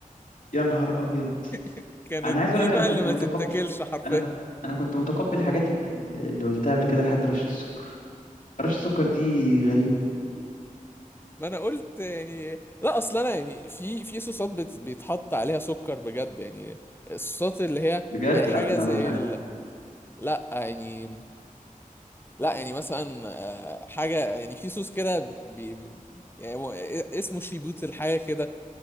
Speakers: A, on the left (about 70°); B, on the left (about 15°).
A: يا نهار ابيض
B: <laughs> كانت
A: انا عايز
B: دي
A: اقول لك
B: بقى
A: انا كنت
B: اللي ما
A: متقبل
B: تتاكلش حرفيا
A: انا كنت انا كنت متقبل الحاجات ال- اللي قلتها قبل كده لحد رشه السكر رشه السكر دي غريبه
B: ما انا قلت يعني لا اصل انا يعني في في صوصات بت... بيتحط عليها سكر بجد يعني الصوصات اللي هي
A: بجد
B: يعني حاجة
A: لا دي معلومه
B: زي
A: مش عارفها
B: ال... لا يعني لا يعني مثلا آه، حاجة يعني في صوص كده بي... يعني هو اسمه شيبوت الحاجة كده